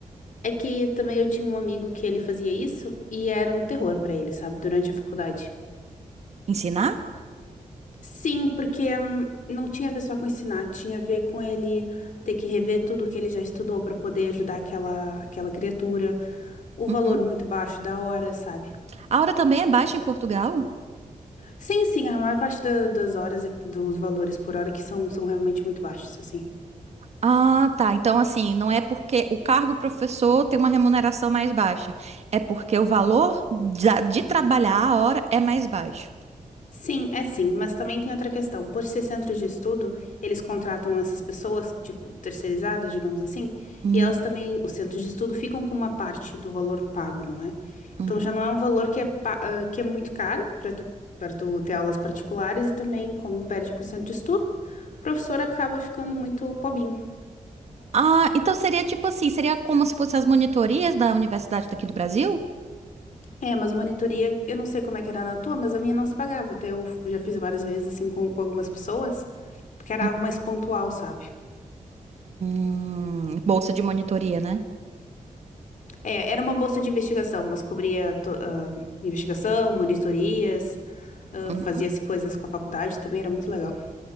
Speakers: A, on the left; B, on the right.
A: É que também eu tinha um amigo que ele fazia isso e era um terror pra ele, sabe? Durante a faculdade.
B: Ensinar?
A: Sim, porque hum, não tinha a ver só com ensinar, tinha a ver com ele ter que rever tudo que ele já estudou pra poder ajudar aquela, aquela criatura. O
B: Uhum.
A: valor muito baixo da hora, sabe?
B: A hora também é baixa em Portugal?
A: Sim, sim, a maior parte da- das horas, dos valores por hora que são, são realmente muito baixos, assim.
B: Ah, tá. Então, assim, não é porque o cargo professor tem uma remuneração mais baixa. É porque o valor da- de, trabalhar a hora é mais baixo.
A: Sim, é sim, mas também tem outra questão. Por ser centro de estudo, eles contratam essas pessoas, tipo, terceirizadas, digamos assim,
B: Hum,
A: e elas também, os centros de estudo ficam com uma parte do valor pago, não é?
B: uhum.
A: Então já não é um valor que é, pa- ah, que é muito caro para tu, para tu ter aulas particulares e também, como perde com o centro de estudo, o professor acaba ficando muito pobinho.
B: Ah, então seria tipo assim, seria como se fossem as monitorias da universidade daqui do Brasil?
A: É, mas monitoria, eu não sei como é que era na tua, mas a minha não se pagava. Até eu já fiz várias vezes, assim, com, com algumas pessoas, porque era
B: Uhum.
A: algo mais pontual, sabe?
B: Hum, bolsa de monitoria, né?
A: É, era uma bolsa de investigação, mas cobria to- ah, investigação, monitorias, ah,
B: Uhum.
A: fazia-se coisas com a faculdade também, era muito legal.